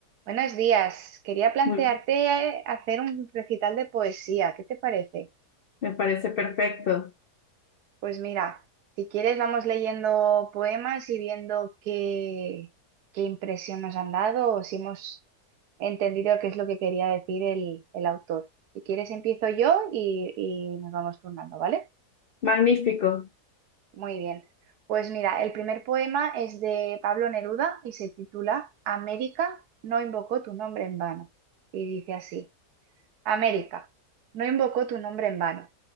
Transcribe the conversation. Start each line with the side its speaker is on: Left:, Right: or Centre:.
Right: Buenos días. Quería plantearte
Left: Muy-
Right: eh, hacer un recital de poesía. ¿Qué te parece?
Left: me parece perfecto.
Right: Pues mira, si quieres vamos leyendo poemas y viendo qué, qué impresión nos han dado o si hemos entendido qué es lo que quería decir el, el autor. Si quieres empiezo yo y, y nos vamos turnando, ¿vale?
Left: Magnífico.
Right: Muy bien. Pues mira, el primer poema es de Pablo Neruda y se titula América no invocó tu nombre en vano. Y dice así. América, no invocó tu nombre en vano,